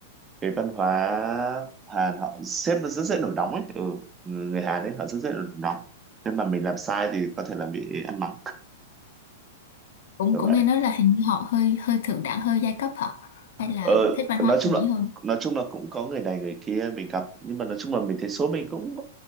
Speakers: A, on the right; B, on the left.
A: cái văn hóa Hàn họ sếp nó rất dễ nổi nóng ấy ừ. người Hàn ấy họ rất dễ nổi nóng nên mà mình làm sai thì có thể là bị ăn mắng
B: cũng
A: kiểu
B: cũng
A: vậy
B: nghe nói là hình như họ hơi hơi thượng đẳng hơi giai cấp hả? Hay là
A: ờ,
B: thích văn hóa
A: nói chung
B: Mỹ
A: là
B: hơn?
A: nói chung là cũng có người này người kia mình gặp nhưng mà nói chung là mình thấy số mình cũng